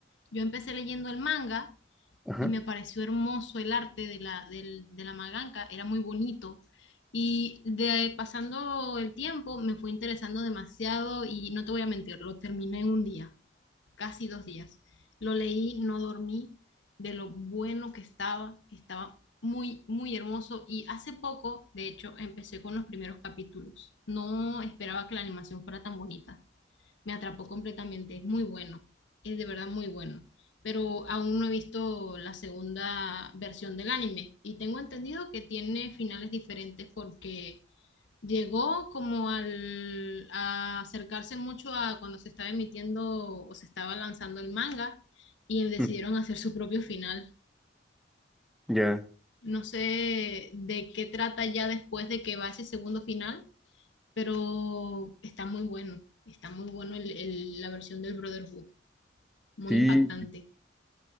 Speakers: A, on the left; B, in the centre.
A: Yo empecé leyendo el manga
B: Ajá.
A: y me pareció hermoso el arte de la, del- de la mangaka, era muy bonito. Y de pasando el tiempo me fue interesando demasiado y no te voy a mentir, lo terminé en un día. casi dos días. Lo leí, no dormí, de lo bueno que estaba, estaba muy, muy hermoso y hace poco, de hecho, empecé con los primeros capítulos. No esperaba que la animación fuera tan bonita. Me atrapó completamente, es muy bueno, es de verdad muy bueno. Pero aún no he visto la segunda versión del anime y tengo entendido que tiene finales diferentes porque Llegó como al, a acercarse mucho a cuando se estaba emitiendo o se estaba lanzando el manga y decidieron
B: <laughs>
A: hacer su propio final.
B: Ya,
A: No sé de qué trata ya después de que va ese segundo final, pero está muy bueno. Está muy bueno el- el- la versión del Brotherhood, muy
B: sí,
A: impactante.